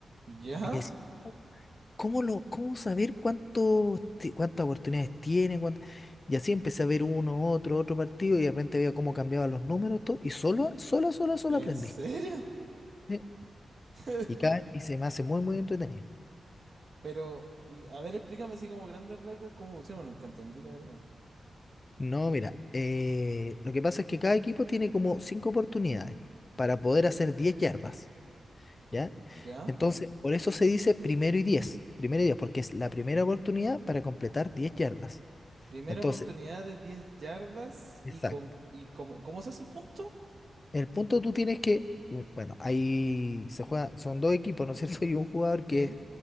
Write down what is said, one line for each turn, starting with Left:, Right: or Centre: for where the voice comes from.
Right: ¿Ya?
Left: Y decía, ¿cómo lo, cómo saber cuánto, ti- cuántas oportunidades tienen? cuánt-?" Y así empecé a ver uno, otro, otro partido, y de repente veía cómo cambiaban los números, todo, y solo, sola, sola, solo
Right: ¿En
Left: aprendí.
Right: serio?
Left: ¿sí?
Right: <laughs>
Left: Y cada, y se me hace muy, muy entretenido.
Right: Pero, y, a ver, explícame así como grandes rasgos cómo funciona. Nunca entendí, la verdad.
Left: No, mira, eh, lo que pasa es que cada equipo tiene como cinco oportunidades para poder hacer 10 yardas, ¿ya?
Right: ¿Ya?
Left: Entonces, por eso se dice primero y diez, primero y 10, porque es la primera oportunidad para completar 10 yardas.
Right: Primera
Left: Entonces,
Right: oportunidad de 10 yardas
Left: exacto.
Right: y con y cómo, ¿cómo se hace el punto?
Left: El punto tú tienes que, mm, bueno, ahí se juega, son dos equipos, ¿no es cierto? <laughs> Y un jugador que
Right: Sí,
Left: es